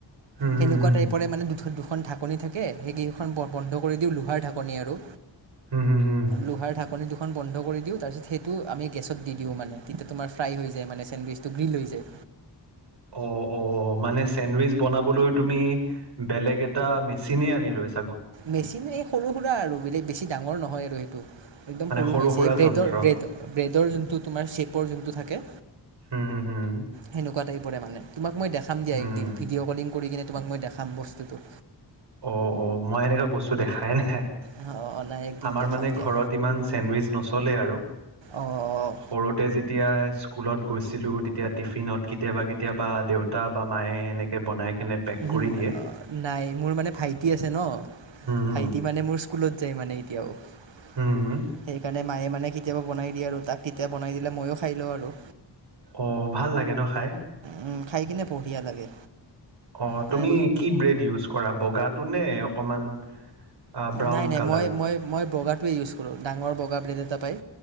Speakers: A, on the right; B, on the right.
A: হুম হুম
B: সেনেকুৱা
A: হুম
B: টাইপৰে মানে দুখন দুখ খন ঢাকনি থাকে, সেইকেইখন বন বন্ধ কৰি দিওঁ, লোহাৰ ঢাকনি আৰু
A: হুম হুম হুম
B: লোহাৰ ঢাকনি দুখ খন বন্ধ কৰি দিওঁ, তাৰপিছত সেইটো আমি গেছত দি দিওঁ মানে। তেতিয়া তোমাৰ ফ্ৰাই হৈ যায় মানে, চেণ্ডউইচটো গ্ৰিল হৈ যায়।
A: অ' অ' মানে চেণ্ডউইচ বনাবলৈ তুমি বেলেগ এটা মেচিনে আনি লৈছ
B: মেচিন এই সৰু-সুৰা আৰু বেলেগ বেছি ডাঙৰ নহয় আৰু সেইটো। একদম
A: মানে
B: সৰু মেচি-এই
A: সুৰা
B: ব্ৰেডৰ
A: যন্ত্ৰ
B: ব্ৰেডৰ ব্ৰেড ডৰ যোনটো তোমাৰ ছেপৰ যোনটো থাকে।
A: হুম হুম হুম
B: সেনেকুৱা টাইপ। পৰে মানে। তোমাক মই দেখাম দিয়া
A: হুম
B: একদিন, ভিডিঅ' কৰি -কৰি কিনে। তোমাক মই দেখাম বস্তুটো।
A: অ' - অ'। মই এনেকুৱা বস্তু দেখাই নাই,
B: অ', অ', একদিন
A: আমাৰ
B: দেখাম
A: মানে
B: দিয়া
A: ঘৰত ইমান চেণ্ডউইচ নচলে আৰু,
B: অ',
A: সৰুতে যেতিয়া স স্কুলত গৈছিলোঁ, তেতিয়া টিফিনত কে কেতিয়াবা- কেতিয়াবা দেউতা বা মায়ে এনেকৈ বনাই কেনে পেক
B: উম,
A: কৰি দিয়ে
B: অ নাই, মোৰ মানে ভাই টি আছে ন।
A: হুম হুম
B: ভাইটি মানে, মোৰ স্কুলত যায় মানে। <inaudible>
A: হুম হুম
B: সেইকাৰণে মায়ে মানে সি কেতিয়াবা বনাই দিয়ে আৰু তাক কেতিয়া বনাই দিলে ময়ো খাই লওঁ আৰু।
A: অ' ভাল লাগে ন খাই।
B: উম, খাই কিনে বঢ়িয়া লাগে।
A: অঁ
B: মানে
A: তুমি কি ব্ৰেড ইউজ কৰা বগাত তোনে অকণমান ব্ৰাউন
B: নাই-নাই,
A: কালাৰ
B: মই মই- মই বগা টো ইউজ কৰো, ডাঙৰ বগা ব্ৰেড এটা পায়।